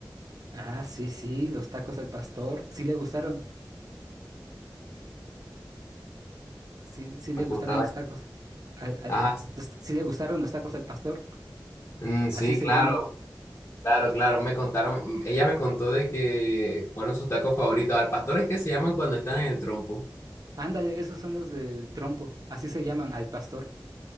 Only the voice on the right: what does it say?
Ah, sí, sí, los tacos al pastor. Sí le gustaron. Sí, sí le
gustaron
los tacos. Al, al-
los- sí le gustaron los tacos al pastor.
Así se
llaman.
Ándale, esos son los del trompo. Así se llaman al pastor.